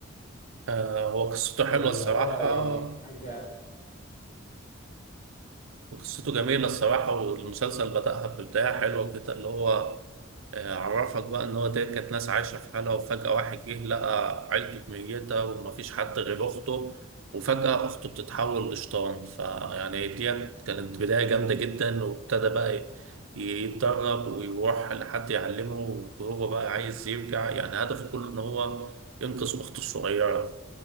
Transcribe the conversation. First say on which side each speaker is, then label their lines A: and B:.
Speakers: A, on the right (about 80°); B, on the left (about 35°).
A: آه هو قصته حلوة
B: اللي
A: الصراحة
B: هو يعني حاجة
A: وقصته جميلة الصراحة والمسلسل بدأها ببداية حلوة كده اللي هو آه، عرفك بقى ان هو ديت كانت ناس عايشه في حالها وفجاه واحد جه لقى عيلته ميته ومفيش حد غير اخته وفجاه اخته بتتحول لشيطان فيعني ديت كانت بدايه جامده جدا وابتدى بقى ي- يتدرب ويروح لحد يعلمه وهو بقى عايز يرجع يعني هدفه كله ان هو ينقذ اخته الصغيره